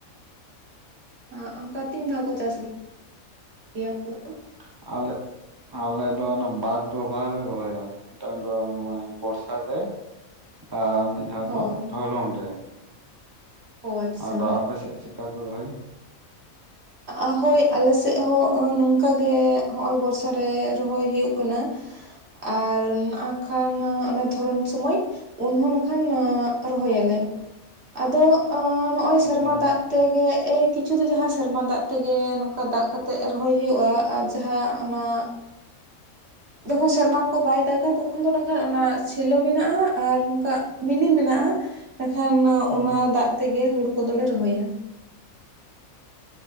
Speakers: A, on the right; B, on the right.
A: ᱮ ᱚᱱᱠᱟ ᱛᱤᱱ ᱫᱷᱟᱣ ᱠᱚ ᱪᱟᱥ ᱜᱮ ᱜᱮᱭᱟ ᱚᱱᱛᱮ ᱫᱚ?
B: ᱟᱞᱮ ᱟᱞᱮ ᱫᱚ ᱚᱱᱟ ᱵᱟᱨ ᱫᱚᱵᱷᱟ ᱞᱮ ᱨᱚᱦᱚᱭᱟ ᱢᱤᱫᱴᱟᱝ ᱫᱚ ᱦᱚᱸ-ᱚᱭ ᱵᱚᱨᱥᱟ ᱨᱮ ᱟᱨ ᱢᱤᱫ ᱫᱷᱟᱣ
A: ᱦᱳᱭ
B: ᱫᱚ ᱫᱷᱚᱨᱚᱱ ᱨᱮ᱾
A: ᱚ ᱟᱪᱪᱷᱟ
B: ᱟᱰᱚ ᱟᱯᱮ ᱥᱮᱫ ᱪᱮᱫᱠᱟ ᱠᱚ ᱨᱚᱦᱚᱭᱟ?
A: ᱮ ᱦᱳᱭ ᱟᱞᱮ ᱥᱮᱫ ᱦᱚᱸ ᱱᱚᱝᱠᱟ ᱜᱮ ᱦᱚᱸᱜᱼᱚᱭ ᱵᱚᱨᱥᱟ ᱨᱮ ᱨᱚᱦᱚᱭ ᱦᱩᱭᱩᱜ ᱠᱟᱱᱟ᱾ ᱟᱨ ᱱᱟᱜ ᱠᱷᱟᱱ ᱚᱱᱮ ᱫᱷᱚᱨᱚᱱ ᱥᱚᱢᱚᱭ᱾ ᱩᱱᱦᱚᱸ ᱱᱟᱠᱷᱟᱱ ᱨᱚᱦᱚᱭᱟᱞᱮ ᱟᱫᱚ ᱚ ᱱᱚᱜ-ᱚᱭ
B: ᱦᱩᱸ
A: ᱥᱮᱨᱢᱟ ᱫᱟᱜ ᱛᱮᱜᱮ ᱮᱭ ᱠᱤᱪᱷᱩ ᱫᱚ ᱡᱟᱦᱟᱸ ᱥᱮᱨᱢᱟ ᱫᱟᱜ ᱛᱮᱜᱮ ᱱᱚᱝᱠᱟ ᱫᱟᱜ ᱠᱟᱛᱮᱫ ᱨᱚᱦᱚᱭ ᱦᱩᱭᱩᱜᱼᱟ ᱟᱨ ᱡᱟᱦᱟᱸ ᱚᱱᱟ ᱡᱚᱠᱷᱚᱱ ᱥᱮᱨᱢᱟ ᱠᱚ ᱵᱟᱭ ᱫᱟᱜᱟ ᱛᱚᱠᱷᱚᱱ ᱫᱚ ᱱᱟᱜ ᱠᱷᱟᱱ ᱚᱱᱟ ᱥᱮᱞᱳ ᱢᱮᱱᱟᱜᱼᱟ ᱟᱨ ᱱᱚᱝᱠᱟ ᱢᱤᱱᱤ ᱢᱮᱱᱟᱜᱼᱟ, ᱮᱱᱠᱷᱟᱱ
B: ᱦᱩᱸ
A: ᱚᱱᱟ ᱫᱟᱜ ᱛᱮᱜᱮ ᱦᱳᱲᱳ ᱠᱚᱫᱚ ᱞᱮ ᱨᱚᱦᱚᱭᱟ᱾